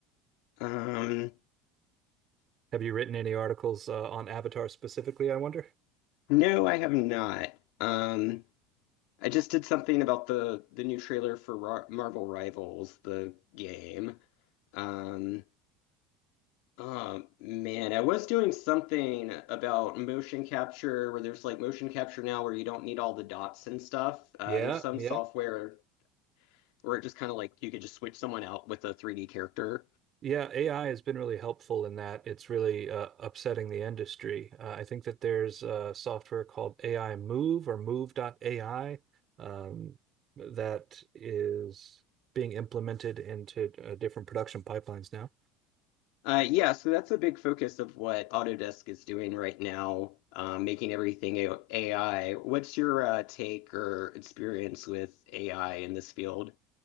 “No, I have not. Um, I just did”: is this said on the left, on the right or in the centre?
Left